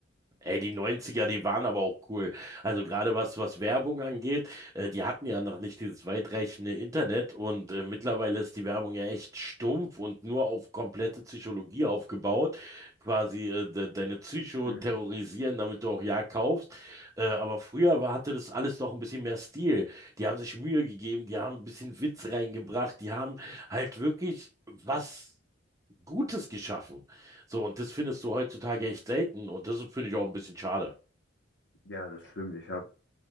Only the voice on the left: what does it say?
Hm,
Ja, das stimmt. Ich habe